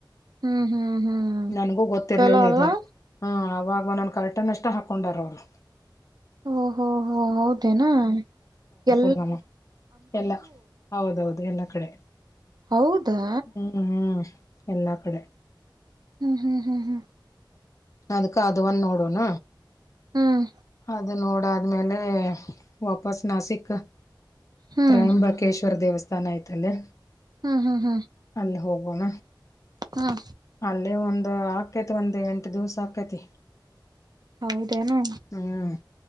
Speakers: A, on the right; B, on the left.
A: ಹ್ಮ್ ಹ್ಮ್ ಹ್ಮ್
B: ನನ್ಗೂ ಗೊತ್ತಿರ್ಲಿಲ್ಲ
A: ಚಲೋ ಅಲ್ವಾ
B: ಇದೆ ಹ್ಮ್ ಅವಾಗೊನ್ ಕರ್ಟನ್ ಎಷ್ಟ ಹಾಕೊಂಡಾರ ಅವ್ರು.
A: ಓಹೋ ಹೋ ಹೌದೇನಾ ಎ
B: ಇಲಮ ಎಲ್ಲಾ ಹೌದೌದು ಎಲ್ಲಾ ಕಡೆ.
A: ಹೌದಾ
B: ಹ್ಮ್ ಹ್ಮ್ ಎಲ್ಲಾ ಕಡೆ.
A: ಹ್ಮ್ ಹ್ಮ್ ಹ್ಮ್ ಹ್ಮ್
B: ಅದ್ಕ ಅದು ಒಂದ ನೋಡೋಣ.
A: ಹ್ಮ್
B: ಅದು ನೋಡಾದ್ಮೇಲೆ ವಾಪಸ್ ನಾಸಿಕ್.
A: ಹ್ಮ್
B: ತ್ರಯಂಬಕೇಶ್ವರ ದೇವಸ್ಥಾನ ಐತ್ತಲ್ಲೆ.
A: ಹ್ಮ್
B: ಅಲ್ ಹೋಗೋಣ.
A: ಹ್ಮ
B: ಅಲ್ಲೇ ಒಂದ್ ಆಗ್ತೈತಿ ಒಂದ್ ಎಂಟ ದಿವ್ಸ ಹಾಕೈತಿ.
A: ಹೌದೇನು
B: ಹ್ಮ್